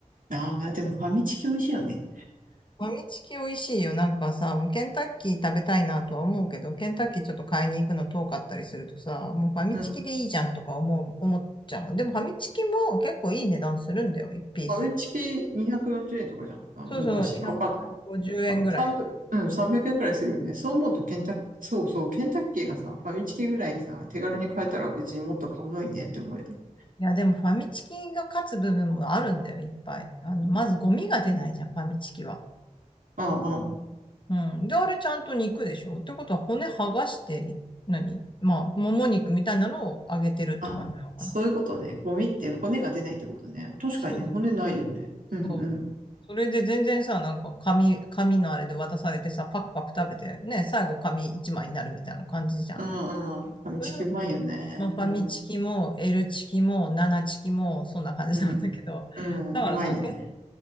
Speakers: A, on the right; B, on the left.
A: ああ、でもファミチキ美味しいよね。
B: ファミチキ美味しいよ。なんかさ、もうケンタッキー食べたいなとは思うけど、ケンタッキーちょっと買いに行くの遠かったりするとさ、もうファミチキでいいじゃんとか思う、
A: うん。フ
B: 思っちゃうもん。でもファミチキも結構いい値段するんだよ、1ピース。
A: ァミチキ240円とかじゃなかった昔。
B: そうそう、250円ぐらいする。
A: わかんあ、3 0うん、300円くえんくらいするよね。そう思うとケンタッ、そうそう、ケンタッキーがさ、ファミチキぐらいさ、手軽に買えたら別にもっと買うのにねって思うよね。
B: いや、でもファミチキが勝つ部分もあるんだよ、いっぱい。あの、まずゴミが出ないじゃん、ファミチキは。
A: うんうん。
B: うん。で、あれちゃんと肉でしょってことは骨剥がして、何まあ、もも肉みたいなのを揚げてるって感じなのかな。
A: あ、そういうことね。ゴミって骨が出ないってことね。確かにね、
B: そう
A: 骨ないよね。うんうん。
B: そう。それで全然さ、なんか紙、紙のあれで渡されてさ、パクパク食べて、ね、最後紙一枚になるみたいな感じじゃん。
A: うんうん。ファミチキうまいよね。
B: それが、まあ、ファミチキも、
A: うん。
B: L チキも、7チキも、そんな感じなんだけど。
A: うん。うん。
B: だからさ、
A: うまいよね。
B: けん、